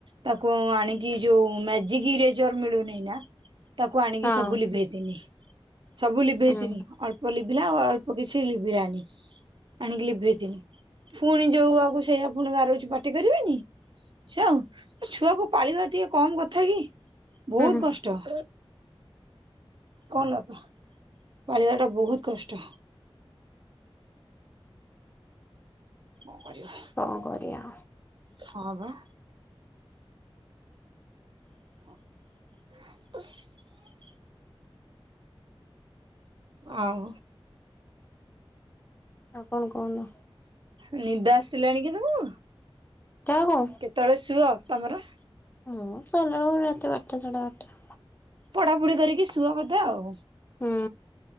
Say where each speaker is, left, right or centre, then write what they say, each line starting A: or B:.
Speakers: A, on the right (about 55°); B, on the left (about 20°).
A: ତାକୁ ଆଣିକି ଯୋଉ ମେଜିକ ଇରେଜର ମିଳୁନି ନା ତାକୁ ଆଣିକି
B: ହଁ
A: ସବୁ ଲିଭେଇଥିନି ସବୁ ଲିଭେଇଥିନି
B: ହୁଁ
A: ଅଳ୍ପ ଲି ଭିଲା ଆଉ ଅଳ୍ପ କିଛି ଲିଭିଲାନି ଆଣିକି ଲିଭେଇଥନି ପୁଣି ଯୋଉ ଆଗ ସେଇଆ ପୁଣି ଗାରଉଛି ପାଟି କରିବେନି। ଛୁଆ ଛୁଆକୁ ପାଳିବା ଟିକେ କମ କଥା କି
B: ହୁଁ
A: ବହୁତ
B: ହୁଁ
A: କଷ୍ଟ। କଣ ହେଲା ବାପା ପାଳିବା ଟା ବହୁତ କଷ୍ଟ କଣ କରିବା
B: କଣ କୋରିଆ
A: ହଁ ବା <inaudible> ଆଉ
B: ଆଉ କଣ କୁହନ୍ତୁ।
A: ନିଦ ଆସିଲାଣି କି ତମକୁ
B: କାହାକୁ
A: କେତେବେଳେ ଶୁଅ ତମର?
B: ହଁ ଶୋଇଲା ବେଳକୁ ରାତି ବାରଟା ସାଡ଼େ ବାରଟା ବାଟା
A: ପଢାପଢି କରିକି ସୁଅ ବୋଧେ ଆଉ।
B: ହୁଁ।